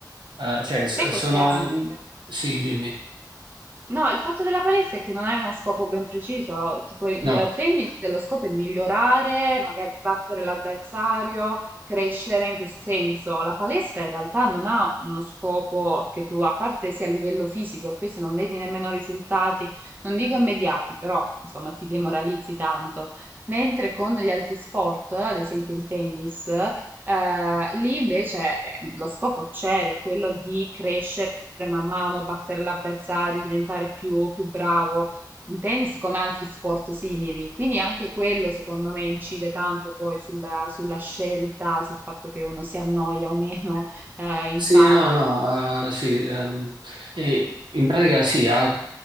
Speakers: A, on the right (about 85°); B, on the right (about 25°).
A: eh, cioè, s-
B: sai
A: sono...
B: cos'è anche?
A: un- Sì, dimmi.
B: No, il fatto della palestra è che non hai uno scopo ben preciso, tipo il
A: No.
B: tennis, lo scopo è migliorare, magari battere l'avversario, crescere in questo senso. La palestra in realtà non ha uno scopo che tu, a parte sia a livello fisico, poi se non vedi nemmeno risultati, non dico immediati, però insomma ti demoralizzi tanto. Mentre con gli altri sport, ad esempio il tennis, eh, lì invece eh, lo scopo c'è, ed è quello di crescere man mano, battere l'avversario, diventare più, più bravo in tennis come altri sport simili. Quindi anche quello, secondo me, incide tanto poi sulla, sulla scelta, sul fatto che uno si annoia o meno <laughs> eh, in
A: Sì,
B: sala.
A: no, no, eh, sì, ehm, e in pratica sì, ha-